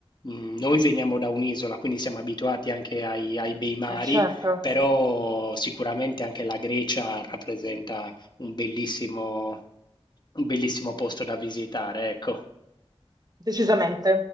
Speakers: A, on the left; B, on the right.
A: Mm, Noi veniamo da un'isola, quindi siamo abituati anche ai, ai bei mari,
B: eh, certo,
A: però sicuramente anche la Grecia rappresenta un bellissimo, un bellissimo posto da visitare, ecco.
B: decisamente.